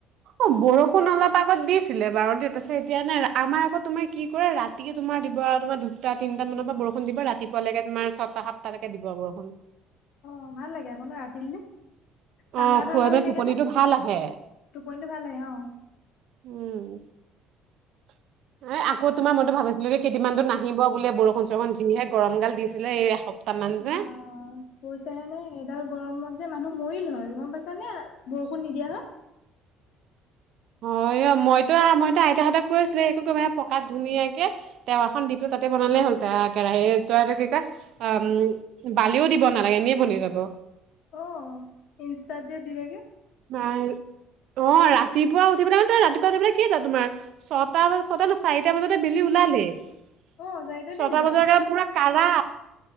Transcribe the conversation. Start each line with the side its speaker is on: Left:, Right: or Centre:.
Right: অ বৰষুণ অলপ আগত দিছিলে বাৰু দেই তাৰপিছত এতিয়া নাই আমাৰ আক তোমাৰ কি কৰে ৰাতিকে তোমাৰ দিব আৰু তোমাৰ দুটা তিনটা মানৰ পৰা বৰষুণ দিব ৰাতিপুৱালৈকে তোমাৰ ছটা সাতটালৈকে দিব বৰষুণ
Left: অ ভাল লাগে আক ৰাতি দিলে ঠাণ্ডা
Right: অ খোৱা
Left: ঠাণ্ডা
Right: মানে
Left: হৈ থাকে
Right: টোপনিটো
Left: যে
Right: ভাল আহে।
Left: টোপনিটো ভাল হয় অ
Right: উম এ আকৌ তোমাৰ মতে ভাবিছো আজি কেইদিন মান নাহিব বুলিয়ে বৰষুণ চৰষুণ যিহে গৰম গাল দিছিলে এই এসপ্তাহ মান
Left: বা
Right: যে
Left: কৈছাহে নে এডাল গৰমত যে মানুহ মৰিল হয় গম পাইছা নে বৰষুণ নিদিয়া হয়
Right: অ অ মইতো মইতো আইতাহঁতে কৈ আছিলে শুৱে পকাত ধুনীয়াকে টাৱা খন দি দিলো তাতে বনালে হ'ল টাৱা কেৰাহীত ত এইটো কি কয় অ বালিও দিব নালাগে এনেই বনি যাব
Left: অ ইনষ্টাত যে দিলেগে
Right: মাই অ ৰাতিপুৱা উঠি পেলাই ন ৰাতিপুৱা উঠি পেলাই কি টেটো তোমাৰ ছটা ছটা নহয় চাৰিটা বজাতে বেলি ওলালেই
Left: অ চাৰিটাতে
Right: ছটা
Left: ওলাই
Right: বজাৰে পুৰা। কাৰা